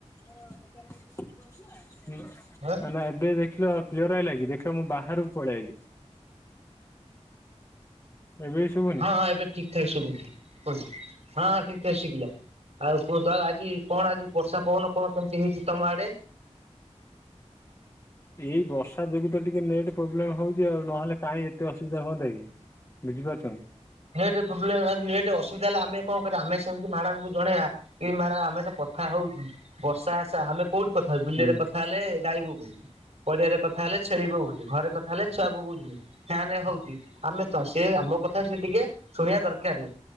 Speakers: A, on the left; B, on the right.
A: ଏବେ
B: ହଁ
A: ଦେଖି। ଦେଖିଲ କ୍ଲିୟର ଆଇଲାକି ଦେଖିଲ ମୁଁ ବାହାରକୁ ପଳେଇଆଇଲି। ଏବେ। ଶୁଭୁନି
B: ହଁ ହଁ ଏବେ ଠିକ ଠାକ ସବୁଛି କୁହ ହଁଁ ଠିକ ଠାକ ଶୁଭିଲା। ଆଉ କୁହନ୍ତୁ ଆଉ ଆଜି କଣ ଆଜି ବର୍ଷା ପବନ କଣ କେମିତି ହେଇଛି ତମ ଆଡେ।
A: ଏଇ ବର୍ଷା ଯୋଗୁ ତ ଟିକେ ନେଟ୍ ପ୍ରୋବ୍ଲେମ ହଉଛି ଆଉ ନହେଲେ କାହିଁ ଏତେ ଅସୁବିଧା ହୁଅନ୍ତା କି। ବୁଝିପାରୁଛନ୍ତି।
B: ନେଟ ପ୍ରୋବ୍ଲେମ ନେଟ ଅସୁବିଧା ହେଲେ ଆମେ କଣ କରିବା ଆମେ ସେମତି ମ୍ୟାଡାମକୁ ଜଣେଇବା। ଏଇ ମାଡାମ ଆମେ ଜଉ କଥା ହଉଛୁ ବର୍ଷା ଆସା ଆମେ। କୋଉଠି କଥା ହେବି ବିଲରେ
A: ଆ
B: କଥା ହେଲେ ଗାଇ ବୋବୋଉଛି। ପଡିଆରେ କଥା ହେଲେ ଛେଳି ବୋବୋଉଛି। ଘରେ କଥା ହେଲେ ଛୁଆ ବୋବୋଉଛି। ଗାଁରେ ହଉଛି ଆମେ ତ ସେ ଆମ କଥା ସେ ଟିକେ ଶୁଣିବା ଦରକାର।